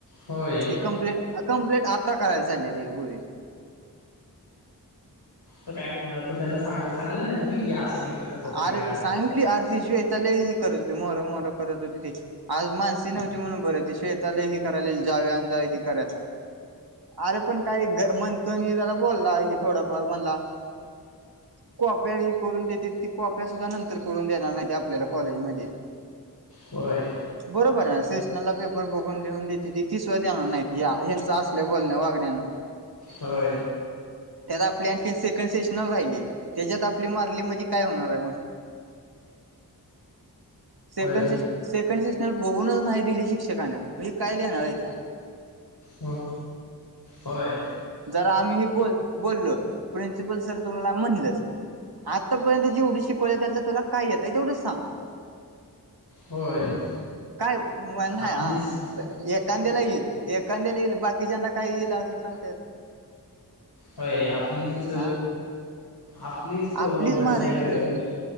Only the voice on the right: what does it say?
ही कंप्लेंट कम्प्लीट आता करायचाली ते पुरी
आर
साईटली अरे ती श्वेता लई त हो मोर मोहर करत होती ते आज मानसी नव्हती म्हणून बर ती श्वेता लई करायल जावे अन जावे ही करा अरे पण काही ग म्हणतोय जरा बोलला ह थोडफार म्हणला कॉप्या ही करून देते ती कॉप्या सुद्धा नंतर करून देणार नाही आपल्याला कॉलेजमध्ये
बरोबर आहे स्टेशनाला पेपर बघून लिहून देते ती तीसव दे्याणार नाही या ह्यांच असल्या बोलण्या वागण्यान
त्यात आपली आणखी सेकंड सेशन राहिली त्याच्यात आपली मारली म्हणजे काय होणार आहे म सेकंड
से सेकंड सेशनर बघूनच नाही दिली शिक्षकाने म काय लिहान यचा
जरा आम्ही बोल बोललो प्रिन्सिपल सर तुम्हाला म्हणलंच आतापर्यंत जेवढं शिकवलंय त्यातलं तुला काय येतय तेवढच सांग
काय नाही
ह
एखाद्याला येईल एांद्याला येईल बाकीच्याना काय येईल असं सांग
हा
आपलीच
माराई
ठरवते